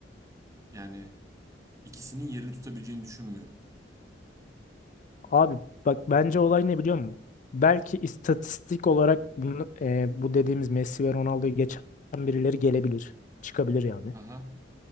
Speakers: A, on the right; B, on the left.
A: yani ikisinin yerini tutabileceğini düşünmüyorum.
B: Abi bak bence olay ne biliyor musun? Belki istatistik olarak bunu, e, bu dediğimiz Messi ve Ronaldo'yu geçen birileri gelebilir. Çıkabilir yani.
A: Haha.